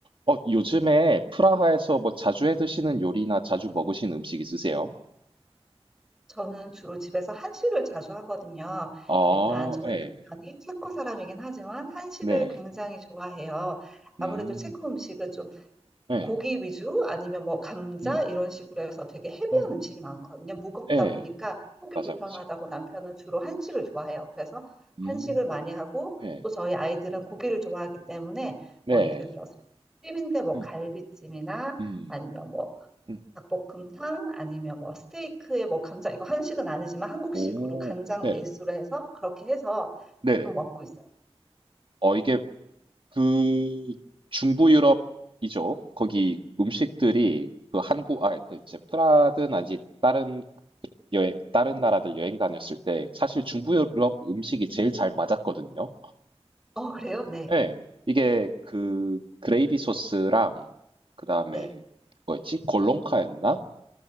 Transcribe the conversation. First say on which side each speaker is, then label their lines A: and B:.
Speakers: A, on the right; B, in the centre.
A: 어, 요즘에 프라하에서 뭐 자주 해 드시는 요리나 자주 먹으시는 음식 있으세요?
B: 저는 주로 집에서 한식을 자주 하거든요.
A: 아,
B: 일단 음. 저희
A: 예.
B: 남편이 체코 사람이긴 하지만 한식을
A: 네네.
B: 굉장히 좋아해요. 아무래도
A: 음.
B: 체코 음식은 좀
A: 예.
B: 고기 위주 아니면 뭐 감자
A: 음.
B: 이런 식으로 해서 되게 헤비한
A: 음.
B: 음식이 많거든요. 무겁다
A: 예.
B: 보니까 속이
A: 맞아,
B: 불편하다고
A: 맞아.
B: 남편은 주로 한식을
A: 예.
B: 좋아해요. 그래서
A: 음.
B: 한식을 많이 하고
A: 예.
B: 또 저희 아이들은 고기를 좋아하기 때문에
A: 네.
B: 뭐 예를 들어서 찜인데 뭐
A: 음.
B: 갈비찜이나
A: 음.
B: 아니면 뭐
A: 음.
B: 닭볶음탕 아니면 뭐 스테이크에 뭐 감자 이거 한식은 아니지만 한국식으로
A: 오.
B: 간장
A: 네네.
B: 베이스로 해서 그렇게 해서
A: 네네.
B: 주로 먹고 있어요.
A: 어, 이게 그 중부 유럽이죠. 거기 음식들이 그 한국, 아, 그 이제 프라하든 아니 다른 여행 다른 나라들 여행 다녔을 때 사실 중부 유럽 음식이 제일 잘 맞았거든요.
B: 어, 그래요? 네.
A: 예. 이게 그 그레이비 소스랑 그다음에
B: 네.
A: 뭐였지? 골롱카였나?